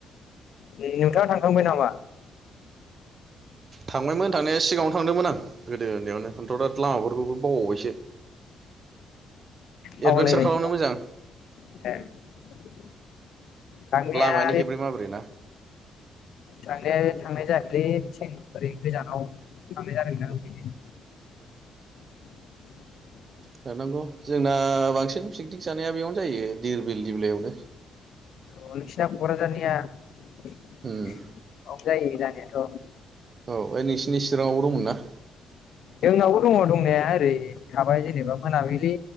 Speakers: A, on the left; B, on the right.
A: नों नोंथाङा थांखांबाय नामा?
B: थांबायमोन थांनाया सिगाङावनो थांदोंमोन आं गोदो उन्दैयावनो आंथ' दा लामाफोरखौबो बावबावबायसो।
A: बावलायबाय
B: एडभेन्सार खालामनो
A: होमबा
B: मोजां
A: हो
B: उम
A: थांनाया
B: लामानि खेब्रे माब्रे ना
A: थांनाया थांनाय जायाखै बेथिं ओरै गोजानाव थांनाय जादों ना ओंखायनो
B: <inaudible>
A: <inaudible>
B: थानांगौ जोंना बांसिन फिकनिक जानाया बेयावनो जायो दिरबिल दिबलायावनो
A: औ नोंसिना क'क्राझारनिया औ
B: उम
A: जायो जानायाथ'
B: औ ओइ नोंसिनि चिराङावबो दंमोन ना?
A: जोंनावबो दंङ दंनाया ओरै थाबाय जेनेबा मोनाबिलि